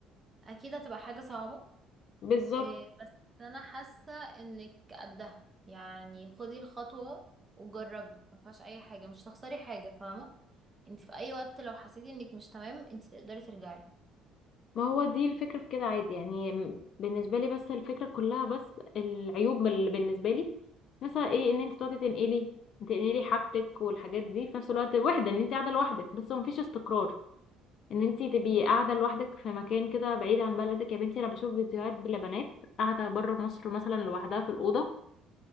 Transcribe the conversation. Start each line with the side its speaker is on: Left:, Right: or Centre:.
Right: اكيد هتبقى حاجة صعبة
Left: بالظبط
Right: آه، بس انا حاسة انك قدها يعني خدي الخطوة وجربي ما فيهاش اي حاجة مش هتخسري حاجة فاهمة انت في اي وقت لو حسيتي انك مش تمام انت تقدري ترجعي
Left: ما هو دي الفكرة في كده عادي يعني م- بالنسبة لي بس الفكرة كلها بس العيوب اللي بالنسبة لي مثلا ايه ان انت تقعدي تنقلي تنقلي حاجتك والحاجات دي في نفس الوقت وحدة ان انت قاعدة لوحدك بس مفيش استقرار ان انت تبقي قاعدة لوحدك في مكان كده بعيد عن بلدك يا بنتي انا بشوف فيديوهات لبنات قاعدة بره مصر مثلا لوحدها في الأوضة